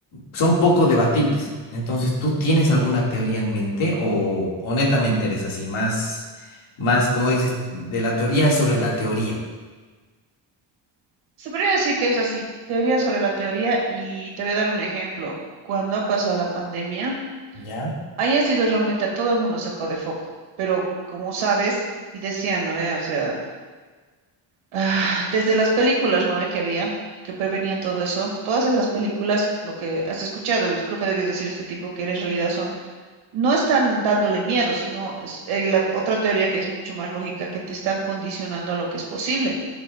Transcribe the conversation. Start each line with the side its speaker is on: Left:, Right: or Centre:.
Left: son poco debatibles. Entonces, ¿tú tienes alguna teoría en mente o, o netamente eres así, más, más, como dices, de la teoría sobre la teoría?
Right: Se podría decir que es así, teoría sobre la teoría, y te voy a dar un ejemplo. Cuando ha pasado la pandemia,
Left: ¿Ya?
Right: ahí ha sido realmente a todo el mundo sacado de foco, pero como sabes, y decían, ¿no? ve? O sea, Ah, desde las películas, ¿no ve que había, Que prevenían todo eso. Todas esas películas, lo que has escuchado, los- creo que debió decir este tipo, que en realidad son, no están dándole miedo, sino es- eh, la otra teoría que es mucho más lógica, que te están condicionando a lo que es posible.